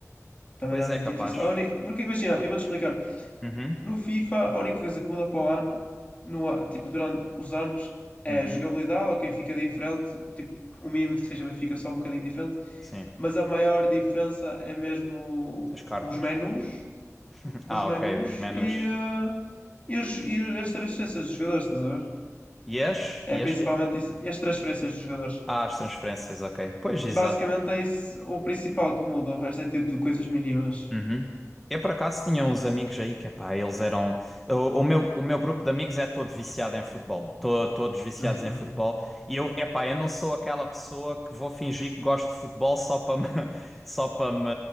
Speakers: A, on the left; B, in the centre.
A: Também
B: Pois
A: não é muito
B: é, capaz.
A: difícil. A uni- Porque imagina, eu vou-te explicar.
B: Uhum,
A: No FIFA, a única coisa que muda para o ano, no, a- tipo, durante os anos, é
B: uhum,
A: a jogabilidade, ok, fica diferente, tipo, o mínimo que seja, mas fica só um bocadinho diferente,
B: sim.
A: mas a maior diferença é mesmo
B: As cartas.
A: os menus,
B: <laughs> Ah,
A: os
B: ok,
A: menus
B: os menus.
A: e, eh, e, as, e as transferências dos jogadores, estás a ver?
B: Yes,
A: É
B: yes,
A: principalmente
B: quê?
A: isso, e as transferências dos jogadores.
B: Ah, as transferências, ok. Pois,
A: Basicamente
B: exato.
A: é isso o principal que muda, o resto é tipo coisas mínimas.
B: Uhum. Eu, por acaso, tinha uns amigos aí que, pá, eles eram... O, o meu, o meu grupo de amigos é todo viciado em futebol. To- todos viciados
A: Uhum.
B: em futebol. E eu, epá, eu não sou aquela pessoa que vou fingir que gosto de futebol só para me... <laughs> Só para me...